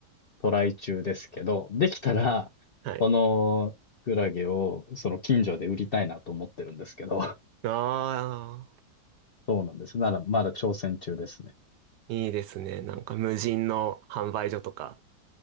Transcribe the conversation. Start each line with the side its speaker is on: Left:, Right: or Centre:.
Left: トライ中ですけど、できたら、
Right: あ、はい。
Left: このキクラゲをその近所で売りたいなと思ってるんですけど、
Right: ああ、
Left: そうなんです。なら、まだ挑戦中ですね。
Right: いいですね。なんか無人の販売所とか、